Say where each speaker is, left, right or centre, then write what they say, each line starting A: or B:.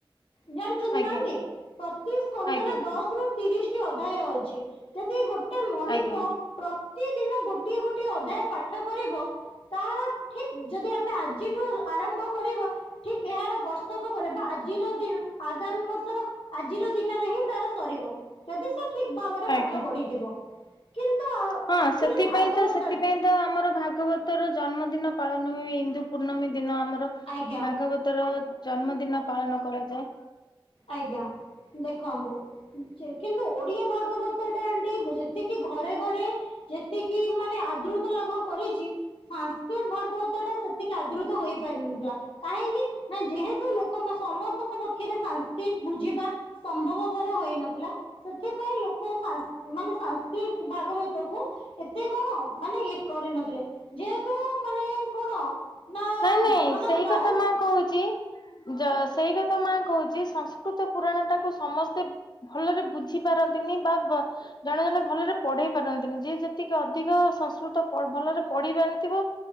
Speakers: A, on the left; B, on the left.
A: ଜାଣିଛନ୍ତି
B: ଆଜ୍ଞା
A: ନା। <unintelligible> ପ୍ରତି ସ୍କନ୍ଧରେ
B: ଆଜ୍ଞା
A: ଦଶ ରୁ ତିରିଶି ଟି ଅଧ୍ୟାୟ ଅଛି। ଯଦି ଗୋଟେ ମଣିଷ
B: ଆଜ୍ଞା
A: ପ୍ରତିଦିନ ଗୋଟିଏ ଗୋଟିଏ ଅଧ୍ୟାୟ ପାଠ କରିବ ତାର ଠିକ ଯଦି ଆମେ ଆଜିଠୁ ଆରମ୍ଭ କରିବା, ଠିକ ଏହାର ବର୍ଷ ପରେ ବା ଆଜିର ଦିନ ଆଗାମୀ ବର୍ଷର ଆଜିର ଦିନରେ ହିଁ ତାର ସରିବ, ଯଦି ସେ ଠିକ ଭାବରେ ପାଠ
B: ଆଜ୍ଞା।
A: ପଢିଥିବ କିନ୍ତୁ
B: ହଁ
A: ଆକୁଚୁଆଲି
B: ସେଥିପାଇଁ
A: ଭାଗବତ
B: ତ ସେଥିପାଇଁ ଆମର ଭାଗବତର ଜନ୍ମଦିନ ପାଳନ ହୁଏ ଇନ୍ଦୁ ପୂର୍ଣ୍ଣମୀ ଦିନ ଆମର
A: ଆଜ୍ଞା
B: ଭାଗବତ ର ଜନ୍ମଦିନ ପାଳନ କରାଯାଏ।
A: ଆଜ୍ଞା, ଦେଖନ୍ତୁ ଯେ କିନ୍ତୁ ଓଡିଆ ଭାଗବତ ଟା ଆଣ୍ଟି ଯେତିକି ଘରେ ଘରେ ଯେତିକି ମାନେ ଆଦୃତ ଲାଭ କରିଚି ସାଂସ୍କ୍ରିଟ ଭାଗବତ ଟା ସେତିକି ଆଦୃତ ହେଇପାରିନଥିଲା। କାହିଁକି ନା ଯେହେତୁ ଲୋକମାନେ ସମସ୍ତଙ୍କ ପକ୍ଷରେ ସାଂସ୍କ୍ରିଟ ବୁଝିବା ସମ୍ଭବପର ହୋଇ ନଥିଲା। ସେଥିପାଇଁ ଲୋକ ସାଂସ ମାନେ ସାଂସ୍କ୍ରିଟ ଭାଗବତ କୁ ଏତେ କଣ ମାନେ ଇଏ କରିନଥିଲେ, ଯେହେତୁ ମାନେ କଣ? ନା
B: ନାଇଁ ନାଇଁ
A: ଜଗନ୍ନାଥ
B: ସେଇ
A: ଦାସ
B: କଥା ମା କହୁଚି। ଯ ସେଇ କଥା ମା କହୁଚି ସଂସ୍କୃତ ପୁରାଣ ଟାକୁ ସମସ୍ତେ ଭଲରେ ବୁଝି ପାରନ୍ତିନି, ବା-ବ ଜଣେ ଜଣେ ଭଲରେ ପଢେଇ ପାରନ୍ତିନି, ଯିଏ ଯେତିକି ଅଧିକ ସଂସ୍କୃତ ଭଲରେ ପଢି ଜାଣିଥିବ